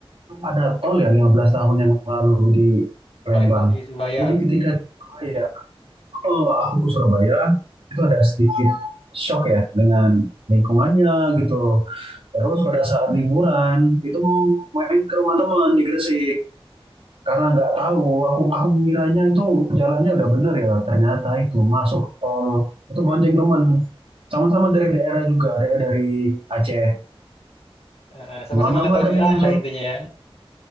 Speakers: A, on the right; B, on the left.
A: ada tol ya 15 tahun yang lalu di Palembang
B: Palembang di Surabaya.
A: jadi ketika di Surabaya oh aku ke Surabaya itu ada sedikit shock ya dengan lingkungannya gitu terus pada saat liburan itu mau main ke rumah teman di Gresik karena nggak tahu aku aku mengiranya itu jalannya udah bener ya ternyata itu masuk tol itu bonceng teman, sama-sama dari daerah juga ada dari Aceh
B: Eh, eh, sama-sama
A: nyelonong
B: nggak tahu
A: lah kami
B: jalan
A: masuk
B: lah intinya ya.